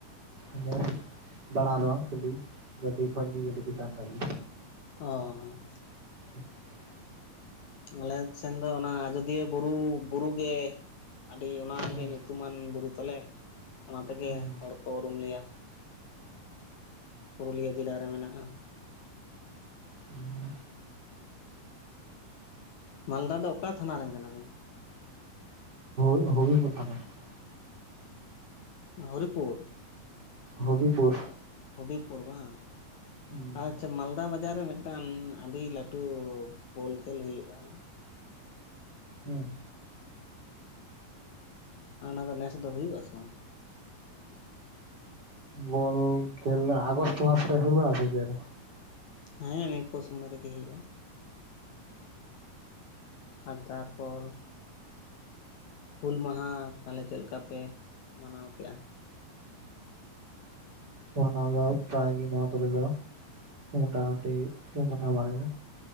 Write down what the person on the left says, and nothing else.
ᱚᱻ
ᱟᱞᱮ ᱥᱮᱱ ᱫᱚ ᱚᱱᱟ ᱟᱡᱚᱫᱤᱭᱟᱹ ᱵᱩᱨᱩ ᱵᱩᱨᱩ ᱜᱮ ᱟᱹᱰᱤ ᱚᱱᱟᱜᱮ
ᱧᱩᱛᱩᱢᱟᱱ ᱵᱩᱨᱩ ᱛᱟᱞᱮ ᱚᱱᱟ ᱛᱮᱜᱮ
ᱦᱚᱲ ᱠᱚ ᱩᱨᱩᱢ ᱞᱮᱭᱟ ᱯᱩᱨᱩᱞᱤᱭᱟᱹ ᱡᱮᱞᱟ ᱨᱮ ᱢᱮᱱᱟᱜᱼᱟ
ᱢᱟᱞᱫᱟ ᱫᱚ ᱚᱠᱟ ᱛᱷᱟᱱᱟ ᱨᱮᱱ ᱠᱟᱱᱟ ᱵᱤᱱ
ᱦᱚᱨᱤᱯᱩᱨ
ᱦᱚᱵᱤ ᱯᱩᱨ ᱵᱟᱝ
ᱟᱪᱪᱷᱟ ᱢᱟᱞᱫᱟ ᱵᱟᱡᱟᱨ ᱨᱮ ᱢᱤᱫᱴᱟᱹᱝ ᱟᱹᱰᱤ ᱞᱟᱹᱴᱩ ᱵᱚᱞ ᱠᱷᱮᱞ ᱦᱩᱭᱩᱜᱼᱟ
ᱟᱨ ᱚᱱᱟ ᱫᱚ ᱱᱮᱥ ᱫᱚ ᱦᱩᱭᱩᱜᱼᱟ ᱥᱮ ᱵᱟᱝ
ᱦᱮᱸ ᱱᱚᱝᱠᱟ ᱥᱚᱢᱚᱭ ᱨᱮᱜᱮ ᱦᱩᱭᱩᱜᱼᱟ ᱟᱨ ᱛᱟᱨ ᱯᱚᱨ ᱦᱩᱞ ᱢᱟᱦᱟ ᱛᱟᱦᱚᱞᱮ ᱪᱮᱫ ᱞᱮᱠᱟ ᱯᱮ ᱢᱟᱱᱟᱣ ᱠᱮᱫᱼᱟ